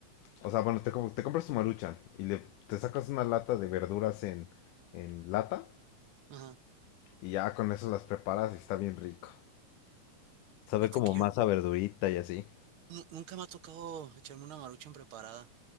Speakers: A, on the left; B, on the right.
A: o sea, bueno, te, com- te compras tu Maruchan y le, te sacas una lata de verduras en, en lata
B: Ajá.
A: y ya con eso las preparas y está bien rico. Sabe
B: Fíjate
A: como
B: que yo
A: masa verdurita y así.
B: nu- nunca me ha tocado echarme una maruchan preparada.